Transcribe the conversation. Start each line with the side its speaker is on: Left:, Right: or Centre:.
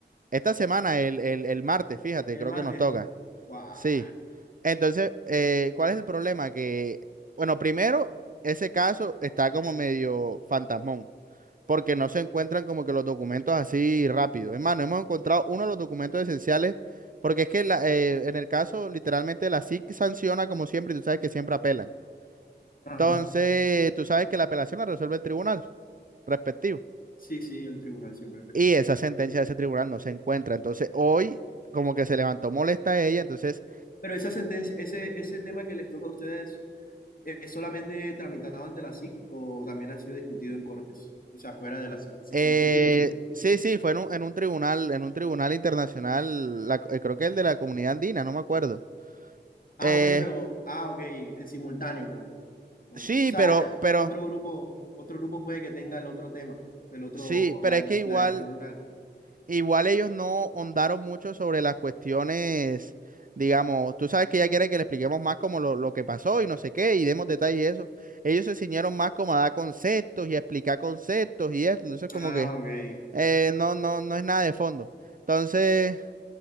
Right: Esta semana, el, el- el martes, fíjate, creo
Left: El martes.
Right: que nos toca.
Left: Guau.
Right: Sí. Entonces, eh, ¿cuál es el problema? Que, bueno, primero, ese caso está como medio fantasmón, porque no se encuentran como que los documentos así rápido. Es más, no hemos encontrado uno de los documentos esenciales, porque es que la- eh, en el caso, literalmente, la SIC sanciona como siempre, y tú sabes que siempre apelan.
Left: Ajá.
Right: Entonces, tú sabes que la apelación la resuelve el tribunal respectivo
Left: Sí, sí, el tribunal siempre.
Right: y esa sentencia de ese tribunal no se encuentra. Entonces, hoy como que se levantó molesta a ella, entonces,
Left: Pero esa sentencia, ese, ese tema que les toca a ustedes, ¿es solamente tramitado ante la SIC o también ha sido discutido en cortes? O sea, fuera de la SIC.
Right: eh,
Left: Sí, eh, digo, sí. pues, sí.
Right: sí, sí, fue en un, en un tribunal, en un tribunal internacional, la- eh, creo que el de la comunidad andina, no me acuerdo.
Left: Ah,
Right: Eh,
Left: ok, pero, ah, ok, en simultáneo con, con
Right: sí,
Left: el que- O sea,
Right: pero,
Left: eh,
Right: pero,
Left: otro grupo, otro grupo puede que tenga el otro tema, el otro,
Right: sí, pero
Left: la, del-
Right: es que igual,
Left: la del tribunal.
Right: igual ellos no hondaron mucho sobre las cuestiones, digamos, tú sabes que ella quiere que le expliquemos más como lo, lo que pasó y no sé qué, y demos detalles y eso. Ellos se ciñeron más como a dar conceptos y a explicar conceptos y eso, entonces como
Left: Ah,
Right: que...
Left: ok.
Right: Eh, no, no, no es nada de fondo. Entonces,